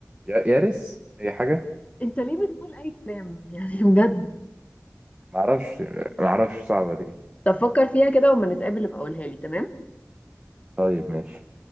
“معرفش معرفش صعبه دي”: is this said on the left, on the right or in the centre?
Right